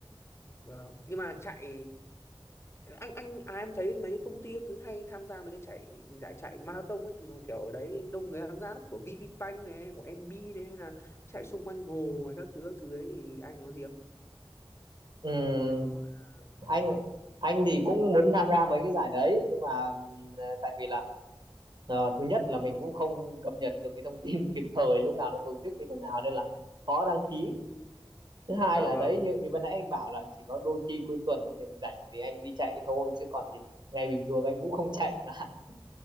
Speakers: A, on the left; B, on the right.
A: Vâng. Nhưng mà chạy anh anh à, em thấy mấy cái công ty các thứ hay tham gia mấy cái chạy giải chạy marathon ấy mà kiểu ở đấy đông người tham gia lắm của VPBank này của MB này hay là chạy xung quanh hồ ấy, các thứ các thứ ấy thì anh có gì không
B: ừ.
A: anh có gọi là ừm,
B: anh anh thì cũng muốn tham gia mấy cái giải đấy nhưng mà ừ, tại vì là Ờ, thứ nhất là mình cũng không cập nhật được cái thông tin <laughs> kịp thời lúc nào nó tổ chức như thế nào nên là khó đăng ký thứ hai
A: dạ
B: là
A: vâng
B: đấy như như vừa nãy anh bảo là chỉ có đôi khi cuối tuần anh rảnh rảnh thì anh đi chạy thôi chứ còn thì ngày bình thường anh cũng không chạy mà <laughs>